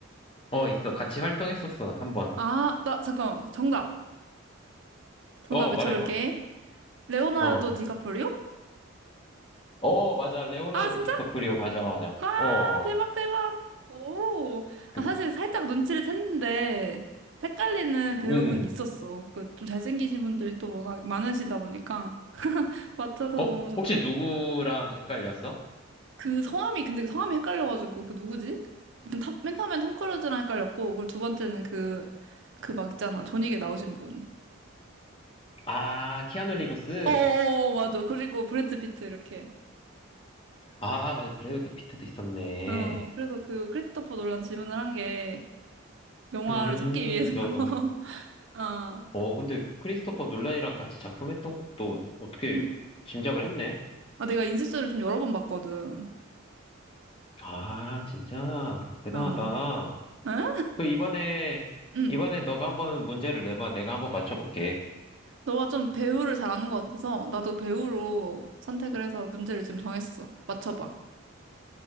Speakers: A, on the left; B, on the right.
A: 어, 있어. 같이 활동했었어, 한 번.
B: 아, 나, 잠깐, 정답. 정답
A: 어,
B: 외쳐볼게.
A: 말해봐.
B: 레오나르도
A: 어.
B: 디카프리오?
A: 어, 맞아. 레오나르도
B: 아, 진짜?
A: 디카프리오, 맞아, 맞아.
B: 아,
A: 어, 어.
B: 대박,
A: 어.
B: 대박. 오.
A: 그,
B: 아, 사실 살짝 눈치를 챘는데, 헷갈리는 배우분
A: 음.
B: 있었어. 그, 좀 잘생기신 분들이 또 워낙 많으시다 보니까. 맞춰서
A: 어,
B: 너무 좋군.
A: 혹시 누구랑 헷갈렸어?
B: 그 성함이, 근데 그 성함이 헷갈려가지고, 그 누구지? 일단 탐- 맨 처음엔 톰 크루즈랑 헷갈렸고, 그리고 두 번째는 그, 그 막 있잖아. 존윅에 나오신 분.
A: 아, 키아누 리브스?
B: 어어어, 맞아. 그리고 브래드 피트, 이렇게.
A: 아, 맞아. 브래드 피트도 있었네.
B: 어, 그래서 그 크리스토퍼 놀란 질문을 한 게, 영화를
A: 음,
B: 찾기 위해서 <laughs>
A: 어,
B: 아,
A: 어, 근데 크리스토퍼 놀란이랑 같이 작품했던 것도 어떻게
B: 음.
A: 짐작을 했네?
B: 아, 내가 인셉션을 좀 여러 번 봤거든.
A: 아, 진짜 대단하다.
B: 어, 응?
A: 그 이번에
B: 응.
A: 이번에 너가 한번 문제를 내봐. 내가 한번 맞춰볼게.
B: 너가 좀 배우를 잘 아는 것 같아서 나도 배우로 선택을 해서 문제를 지금 정했어. 맞춰봐.